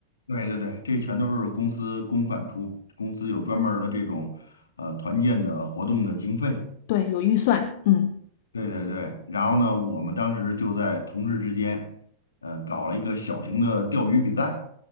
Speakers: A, on the left (about 70°); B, on the left (about 50°).
A: 对对对，这全都是公司公款出，公司有专门儿的这种呃团建的活动的经费。
B: 对，有预算，嗯，
A: 对对对，然后呢，我们当时就在同事之间，呃，搞了一个小型的钓鱼比赛。